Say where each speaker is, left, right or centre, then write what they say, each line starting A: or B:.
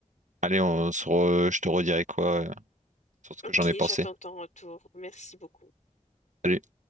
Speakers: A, on the right; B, on the left.
A: Allez, on se re- je te redirai quoi euh, sur ce
B: Ok,
A: que j'en ai pensé.
B: j'attends ton retour. Merci beaucoup.
A: Salut.